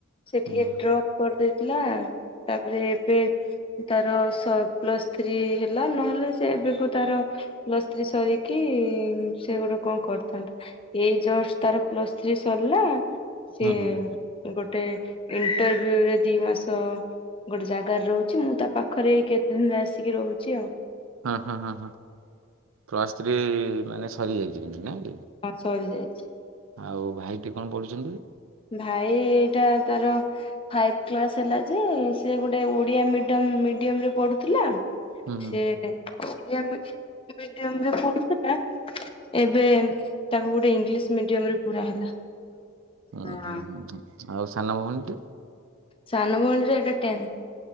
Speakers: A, on the left (about 25°); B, on the right (about 80°).
A: ସେ
B: ହୁଁ
A: ଟିକେ ଡ୍ରପ୍ କରିଦେଇଥିଲା। ତା'ପରେ ଏବେ ତାର ସ ପ୍ଲସ୍ ଥ୍ରୀ ହେଲା, ନହେଲେ ସେ ଏବେକୁ ତାର ପ୍ଲସ୍ ଥ୍ରୀ ସରିକି-ଇ ସେ ଗୋଟେ କଣ କରିଥାନ୍ତା? ଏଇ ଜଷ୍ଟ, ତାର ପ୍ଲସ୍ ଥ୍ରୀ ସରିଲା। ସିଏ
B: ହୁଁ ହଁ
A: ଗୋଟେ ଇଣ୍ଟରଭି୍ୟୁରେ ଦି ମାସ ଗୋଟେ ଜାଗାରେ ରହୁଛି। ମୁଁ ତା ପାଖରେ ଏଇ କେତେ ଦିନ ଆସିକି ରହୁଛି ଆଉ।
B: ହଁ ହଁ ହଁ ହଁ ପ୍ଲସ୍ ଥ୍ରୀ ମାନେ ସରିଯାଇଛି କିନ୍ତୁ ନାଇଁ କି?
A: ହଁ ସରି ଯାଇଛି।
B: ଆଉ ଭାଇଟି କଣ ପଢୁଛନ୍ତି?
A: ଭାଇ-ଇ-ଇ ଟା ତାର ଫାଇଫ୍ କ୍ଲାସ୍ ହେଲା ଯେ, ସେ ଗୋଟେ ଓଡିଆ ମିଡିୟମ୍ ମିଡିୟମ୍ ରେ ପଢୁଥିଲା।
B: ହୁଁ ହୁଁ
A: ସେ ଓଡ଼ିଆ ମି ମିଡିୟମ୍ ରେ ପଢୁଥିଲା ଏବେ ତାକୁ ଗୋଟେ ଇଂଲିଶ ମିଡିୟମରେ ପୁରା ହେଲା।
B: ଓହୋ
A: ହଁ
B: ହ ଆଉ ସାନ ଭଉଣୀଟି?
A: ସାନ ଭଉଣିର ଏବେ ଟେନ୍ଥ।